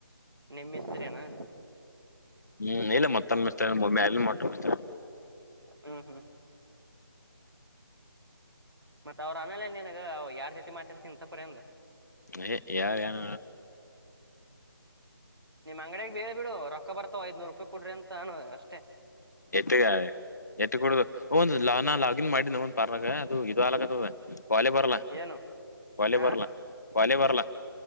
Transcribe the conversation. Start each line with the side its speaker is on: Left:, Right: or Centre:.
Right: ನಿಮ್ಮ್ತರಿನಾ
Left: ಹ್ಮ್ ಇಲ್ಲ ಮತ್ತಿಸ್ತ ಮಟ್ಟೋಗಿಸ್ತಾರೆ
Right: ಹ್ಮ್ ಹ್ಮ್ ಮತ್ತತ್ ಅವ್ರ ಅನಾಲಲ್ಲಿ ಏನಾಗ ಯಾರ್ ಜೊತೆ ಮಾತತಿರ್ತೀನಂತ ಪರಿಂದ
Left: ಹ ಯಾರ ಾನ
Right: ನಿಮ್ ಅಂಗಡಗ್ ಬೇಳ್ ಬಿಡು ರೊಕ್ಕ ಬರ್ತಾವ ಐದ್ನೂರು ರೂಪಾಯಿ ಕೊಡ್ರಿ ಅಂತ ಅಾನ ಅಷ್ಟೇ
Left: ಎತ್ಗ ಎತ್ತು ಕುೂಡುದು ಒಂದು ಲನ ಲ ನ್ ಮಾಡಿ ನ ಒಂದು ಪಾರ್ಾಗ ಅದು ಇದು ಆಗ್ತದ ಕಾಲ ಬರಲ
Right: ಏನು
Left: ಕಾಲ
Right: ಆ
Left: ಬರ್ಲ ಕಾಲ ಬರಲ